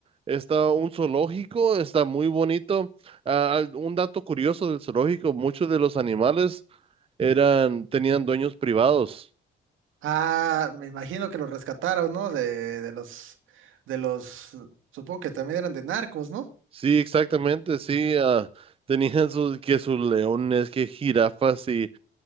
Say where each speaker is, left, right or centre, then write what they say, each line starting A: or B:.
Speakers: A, on the right; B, on the right.
A: está un zoológico, está muy bonito. Ah, al- un dato curioso del zoológico, muchos de los animales eran, tenían dueños privados.
B: Ah, me imagino que los rescataron, ¿no? De, de los, de los, supongo que también eran de narcos, ¿no?
A: Sí, exactamente, sí. ah, tenían sus, que sus leones, que jirafas y